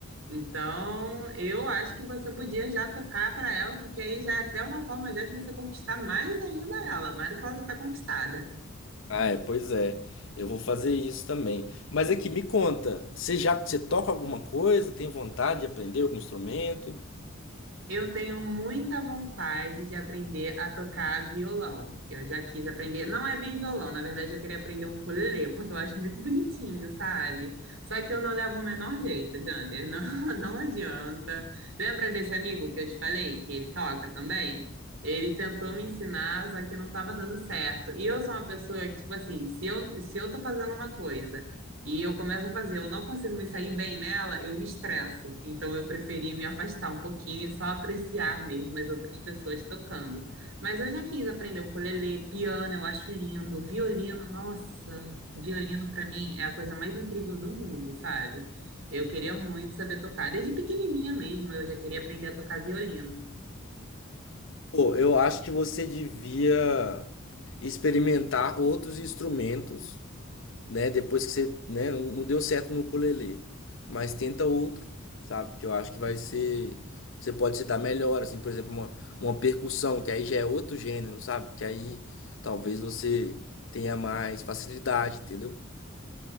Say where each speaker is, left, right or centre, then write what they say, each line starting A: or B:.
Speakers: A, on the right; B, on the left.
A: Então, eu acho que você podia já tocar para ela, porque aí já é até uma forma já de você conquistar mais ainda ela, mais do que ela já está conquistada.
B: Ah, é, pois é. Eu vou fazer isso também. Mas aqui, me conta, você já você toca alguma coisa? Tem vontade de aprender algum instrumento?
A: Eu tenho muita vontade de aprender a tocar violão. Eu já quis aprender, não é bem violão, na verdade eu queria aprender o ukulele, porque eu acho muito bonitinho, sabe? Só que eu não levo o menor jeito, Jander, não, <laughs> não adianta. Lembra desse amigo que eu te falei, que ele toca também? Ele tentou me ensinar, só que não estava dando certo. E eu sou uma pessoa que, tipo assim, se eu, se eu tô fazendo uma coisa e eu começo a fazer, eu não consigo me sair bem nela, eu me estresso. Então eu preferi me afastar um pouquinho e só apreciar mesmo as outras pessoas tocando. Mas eu já quis aprender ukulele, piano, eu acho lindo, violino, nossa, violino para mim é a coisa mais incrível do mundo, sabe? Eu queria muito saber tocar. Desde pequenininha mesmo, eu já queria aprender a tocar violino.
B: Pô, eu acho que você devia experimentar outros instrumentos. né? Depois que você, né, não não deu certo no ukulele, mas tenta outro, sabe? Que eu acho que vai ser, você pode se dar melhor, assim, por exemplo, uma, uma percussão, que aí já é outro gênero, sabe? Que aí talvez você tenha mais facilidade, entendeu?